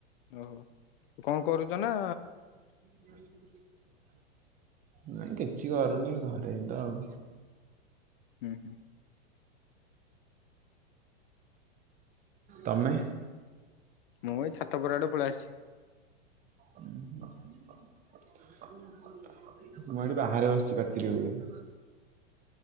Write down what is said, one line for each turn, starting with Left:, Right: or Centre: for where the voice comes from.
Left: ଓ ହୋ କଣ କରୁଛ ନାଁ
Right: ହୁଁ <inaudible> ନାଇଁ କିଛି କରୁନି ଘରେ ତ ଆଉ।
Left: ହୁଁ ହୁଁ।
Right: ତମେ?
Left: ମୁଁ ଏଇ ଛାତ ଉପର ଆଡେ ପଳେଇ ଆସିଛି।
Right: ହୁଁ। ମୁଁ ଏଇଠି ବାହାରେ ବସିଛି ପାଚେରୀ ଉପରେ। <inaudible>